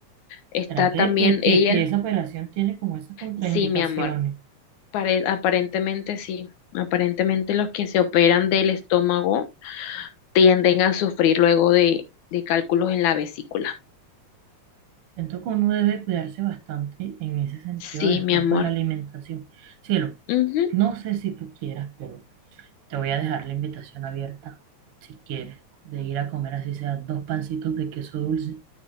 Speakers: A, on the left; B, on the right.
A: Está
B: ¿Será que,
A: también
B: que, que,
A: ella.
B: que esa operación tiene como esas contraindicaciones?
A: Sí, mi amor. Pare- aparentemente sí. Aparentemente los que se operan del estómago tienden a sufrir luego de, de cálculos en la vesícula.
B: Siento que uno debe cuidarse bastante en ese sentido
A: Sí,
B: después
A: mi amor.
B: con la alimentación. Cielo,
A: Ujú.
B: no sé si tú quieras, pero te voy a dejar la invitación abierta, si quieres, de ir a comer así sea dos pancitos de queso dulce